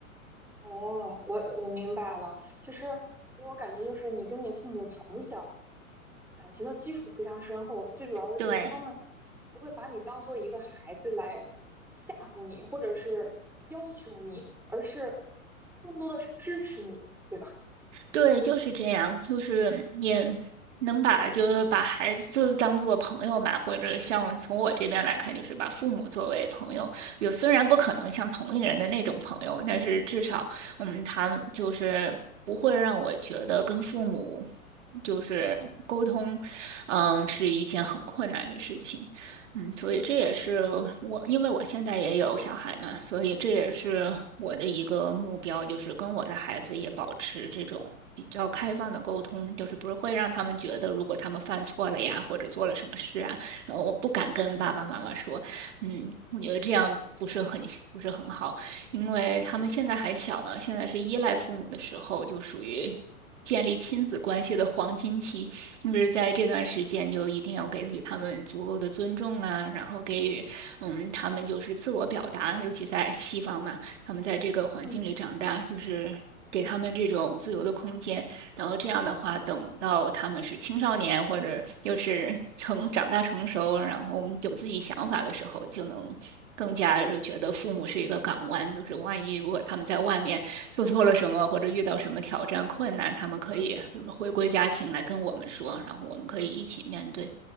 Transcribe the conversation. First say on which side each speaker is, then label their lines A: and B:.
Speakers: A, in the centre; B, on the right (about 55°).
A: 哦，我我明白了，其实给我感觉就是你跟你父母。从。感情的基础非常深厚，最主要的是他们
B: 对，
A: 不会把你当做一个孩子来吓唬你，或者是要求你，而是更多的是支持你，对吧？
B: 对，就是这样，就是也能把就是把孩子当做朋友吧，或者像从我这边来看，就是把父母作为朋友。有虽然不可能像同龄人的那种朋友，但是至少，嗯，他们就是不会让我觉得跟父母就是沟通，嗯，是一件很困难的事情。嗯，所以这也是我，因为我现在也有小孩嘛，所以这也是我的一个目标，就是跟我的孩子也保持这种比较开放的沟通，就是不是会让他们觉得，如果他们犯错了呀，或者做了什么事啊，然后我不敢跟爸爸妈妈说，嗯，我觉得这样不是很不是很好，因为他们现在还小嘛，现在是依赖父母的时候，就属于建立亲子关系的黄金期，就是在这段时间就一定要给予他们足够的尊重啊，然后给予嗯他们就是自我表达，尤其在西方嘛，他们在这个环境里长大，
A: 嗯，
B: 就是给他们这种自由的空间，然后这样的话，等到他们是青少年或者就是 <laughs> 成长大成熟，然后我们有自己想法的时候，就能更加就觉得父母是一个港湾，就是万一如果他们在外面做错了什么，或者遇到什么挑战困难，他们可以就是回归家庭来跟我们说，然后我们可以一起面对。